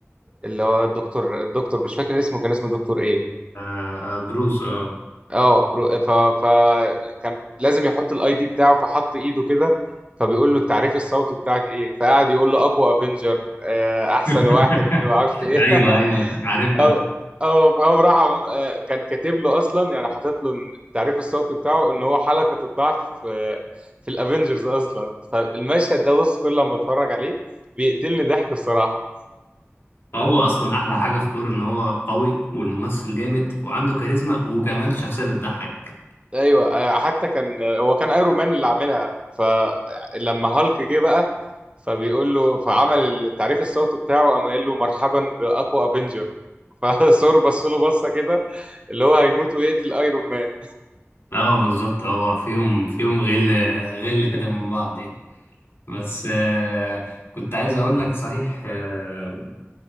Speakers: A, on the right (about 25°); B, on the left (about 50°).
A: اللي هو الدكتور الدكتور مش فاكر اسمه كان اسمه دكتور ايه
B: آه آه، بروس اه
A: اه برو- ف فكان لازم يحط الاي دي بتاعه فحط ايده كده فبيقول له التعريف الصوتي بتاعك ايه فقعد يقول له اقوى افنجر احسن
B: <laughs>
A: واحد ما اعرفش ايه
B: ايوه
A: <laughs>
B: ايوه عارفها
A: أو أو فقام راح آه، كان كاتب له أصلا يعني حاطط له إن التعريف الصوتي بتاعه إن هو حلقة الضعف في في الأفينجرز أصلا فالمشهد ده بص كل لما أتفرج عليه بيقتلني ضحك بصراحة
B: هو اصلا احلى حاجه في ثور ان هو قوي والممثل جامد وعنده كاريزما وكمان شخصيه بتضحك
A: ايوه آه، حتى كان آه، هو كان ايرون مان اللي عاملها فلما هالك جه بقى فبيقول له فعمل التعريف الصوتي بتاعه قام قايل له مرحبا باقوى افنجر فثور <laughs> بص له بصه كده اللي هو هيموت ويقتل ايرون مان
B: اه بالظبط هو فيهم فيهم غل غل كده من بعض يعني بس آه كنت عايز اقول لك صحيح آه